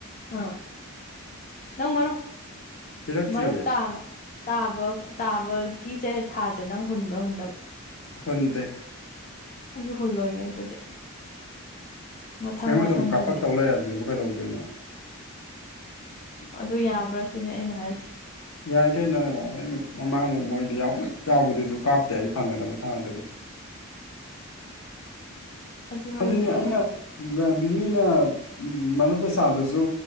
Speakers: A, on the left (about 35°); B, on the left (about 75°).
A: ꯑꯥ ꯅꯪ ꯃꯔꯨꯞ
B: ꯄꯤꯔꯛꯇ꯭ꯔꯤꯌꯦ
A: ꯃꯔꯨꯞ ꯇꯥꯕ ꯇꯥꯕ ꯇꯥꯕꯒꯤꯁꯦ ꯊꯥꯁꯦ ꯅꯪ ꯍꯨꯟꯕ꯭ꯔꯥ ꯍꯨꯟꯗꯕ꯭ꯔꯥ
B: ꯍꯗꯦ
A: ꯑꯩꯁꯨ ꯐꯨꯜ ꯑꯣꯏꯒꯦ ꯑꯗꯨꯗꯤ ꯃꯊꯪ
B: ꯑꯩꯉꯣꯟꯗ
A: ꯃꯊꯪꯗꯅꯦ
B: ꯑꯃꯨꯛ ꯀꯥꯞꯄꯛ ꯇꯧ ꯂꯩꯁꯤꯕꯨ ꯀꯩꯗꯧꯗꯣꯏꯅꯣ
A: ꯑꯗꯨ ꯌꯥꯕ꯭ꯔꯥ ꯁꯤꯅꯦ ꯑꯩꯅ ꯍꯥꯏꯁꯤ
B: ꯌꯥꯏ ꯀꯩꯅꯣ ꯑꯩ ꯃꯃꯥꯡꯃꯨꯛ ꯃꯣꯏꯗ ꯌꯥꯎꯕꯗꯨꯁꯨ ꯀꯥꯞꯇꯦ ꯑꯩ ꯐꯪꯒꯗꯕ ꯊꯥ ꯑꯗꯨꯗꯤ
A: ꯑꯗꯨꯒ
B: ꯑꯗꯨꯅꯤ
A: ꯑꯩꯁꯦ
B: ꯑꯩꯅ ꯕꯤꯃꯤꯅ ꯃꯔꯨꯞ ꯄꯩꯁꯥꯗꯨꯁꯨ